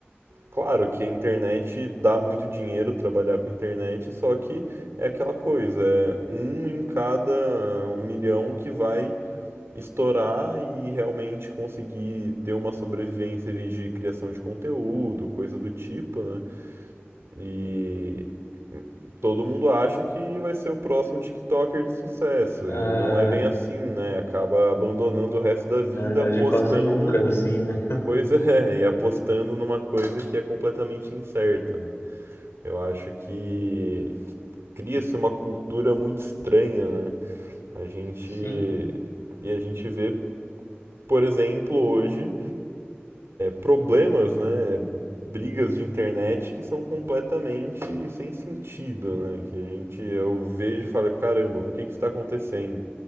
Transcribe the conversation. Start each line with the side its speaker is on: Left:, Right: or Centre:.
Right: claro que a internet dá muito dinheiro trabalhar com internet, só que é aquela coisa, é um em cada um milhão que vai estourar e realmente conseguir ter uma sobrevivência ali de criação de conteúdo, coisa do tipo, né? E todo mundo acha que vai ser o próximo TikToker de sucesso.
Left: É,
Right: E não é bem assim, né? Acaba abandonando o resto da vida
Left: na verdade,
Right: apostando.
Left: quase nunca, é assim, né?
Right: Pois é, e apostando numa coisa que é completamente incerta, né? Eu acho que cria-se uma cultura muito estranha, né? A gente.
Left: Sim,
Right: E a gente vê, por exemplo, hoje problemas, né, brigas de internet que são completamente sem sentido, né, que a gente, eu vejo e falo, caramba, por que que isso tá acontecendo?